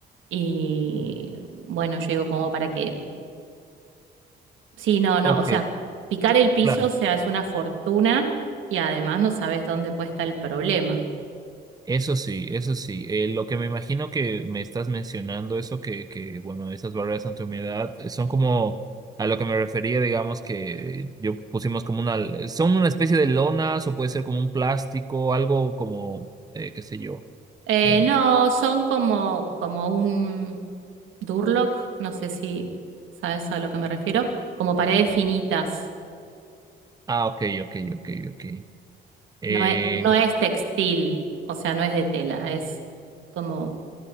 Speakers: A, on the right; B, on the right.
A: Y bueno, yo digo como para que Sí, no, no,
B: Ok,
A: o sea, picar el piso,
B: claro.
A: o sea, es una fortuna y además no sabes dónde puede estar el problema.
B: Eso sí, eso sí. Eh, lo que me imagino que me estás mencionando, eso que, que, bueno, esas barreras ante humedad eh, son como a lo que me refería, digamos que yo pusimos como una, eh, son una especie de lonas o puede ser como un plástico, algo como, eh, qué sé yo.
A: Eh,
B: Eh,
A: no, son como, como un Durlock, no sé si sabes a lo que me refiero, como paredes finitas.
B: ah, ok, ok, ok, ok. Eh,
A: No es, no es textil, o sea, no es de tela, es como,